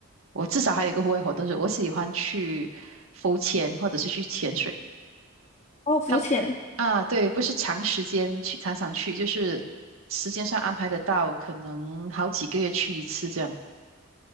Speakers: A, on the right; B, on the left.
A: 我至少还有一个户外活动，就是我喜欢去浮潜或者是去潜水。
B: 哦，浮潜。
A: 他啊，对，不是长时间去，常常去，就是时间上安排得到，可能好几个月去一次这样。